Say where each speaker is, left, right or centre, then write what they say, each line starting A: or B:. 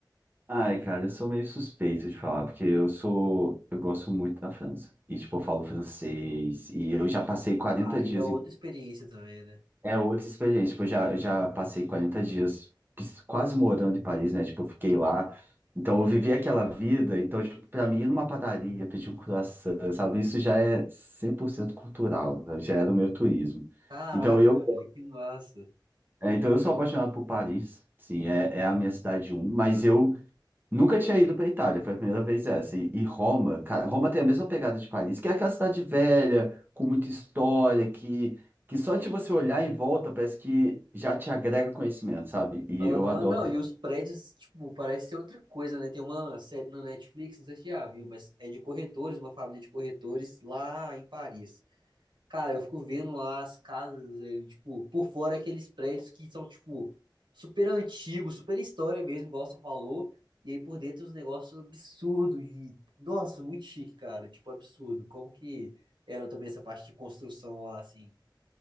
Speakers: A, on the right (about 25°); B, on the right (about 75°).
A: Ai, cara, eu sou meio suspeito de falar, porque eu sou, eu gosto muito da França. E, tipo, eu falo francês, e eu já passei 40
B: Aí
A: dias
B: é outra
A: em...
B: experiência também, né?
A: É outra experiência, tipo, eu já, já passei 40 dias quis- quase morando em Paris, né? Tipo, eu fiquei lá, então eu vivi aquela vida, então, tipo, pra mim, ir numa padaria, pedir um croissant, sabe? Isso já é 100% cultural, sabe? Já era o meu turismo.
B: Caraca,
A: Então, eu,
B: velho, que massa.
A: é, então eu sou apaixonado por Paris, sim, é, é a minha cidade um, mas eu... Nunca tinha ido pra Itália, foi a primeira vez essa. E, e Roma, cara, Roma tem a mesma pegada de Paris, que é aquela cidade velha, com muita história, que, que só de você olhar em volta parece que já te agrega conhecimento, sabe? E
B: Aham,
A: eu adoro.
B: não, e
A: isso.
B: os prédios, tipo, parece ser outra coisa, né? Tem uma série no Netflix, não sei se você já viu, mas é de corretores, uma família de corretores lá em Paris. Cara, eu fico vendo lá as casas, eh, tipo, por fora aqueles prédios que são, tipo, super antigos, super história mesmo, igual você falou, e aí por dentro os negócios absurdos e, nossa, muito chique, cara, tipo, absurdo. Como que era também essa parte de construção lá, assim?